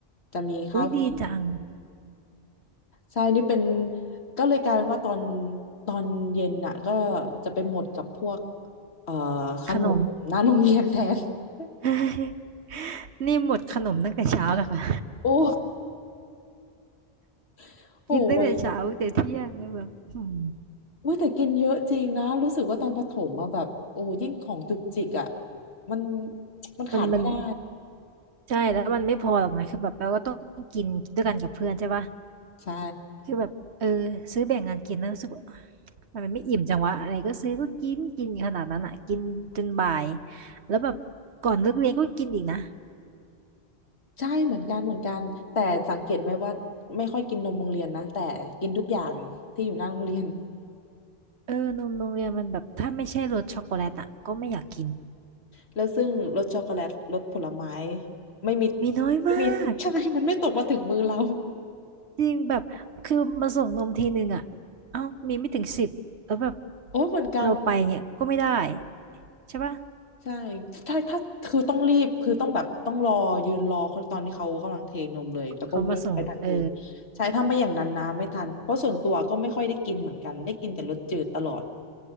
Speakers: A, on the left; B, on the right.
A: จะมีข้าวฟรี
B: อุ้ยดีจัง
A: ใช่นี่เป็นก็เลยกลายเป็นว่าตอนตอนเย็นน่ะก็จะไปหมดกับพวกเอ่อขนมหน้าโรงเรียนแทน
B: ขนม
A: <laughs>
B: <laughs> นี่หมดขนมตั้งแต่เช้าแล้วค่ะ
A: โอ้ <laughs> โหไว้ย
B: กินตั้งแต่เช้าตั้งแต่เที่ยงเนี่ยแบบหืม
A: เว้ยแต่กินเยอะจริงนะรู้สึกว่าตอนประถมมาแบบโอ้ยิ่งของจุกจิกอ่ะมันมันขาดไม่ได้
B: มันมันใช่แล้วมันไม่พอหรอกนะคือแบบเราก็ต้องกินด้วยกันกับเพื่อนใช่ปะ
A: ใช่
B: คือแบบเออซื้อแบ่งงานกินแล้วรู้สึกว่าัมันไม่อิ่มจังวะอะไรก็ซื้อก็กินกินขนาดนั้นอ่ะกินจนบ่ายแล้วแบบก่อนเลิกเรียนก็กินอีกนะ
A: ใช่เหมือนกันเหมือนกันแต่สังเกตไหมว่าไม่ค่อยกินนมโรงเรียนนะแต่กินทุกอย่างที่อยู่หน้าโรงเรียน
B: เออนมโรงเรียนมันแบบถ้าไม่ใช่รสช็อกโกแลตอ่ะก็ไม่อยากกิน
A: แล้วซึ่งรสช็อกโกแลตรสผลไม้ไม่มี
B: มีน้อยมาก
A: ไม่มีใช่มันไม่ตกมาถึงมือเรา
B: จริงแบบคือมาส่งนมทีหนึ่งอ่ะเอ้ามีไม่ถึงสิบแล้วแบบ
A: โอ้เหมือนกัน
B: เราไปเนี่ยก็ไม่ได้ใช่ปะ
A: ใช่ใช่ถ้าคือต้องรีบคือต้องแบบต้องรอยืนรอเขาตอนที่เขากำลังเทนมเลยแล้วก็วิ่งไปทันที
B: เขามาส่งเออ
A: ใช่ถ้าไม่อย่างนั้นนะไม่ทันเพราะส่วนตัวก็ไม่ค่อยได้กินเหมือนกันได้กินแต่รสจืดตลอด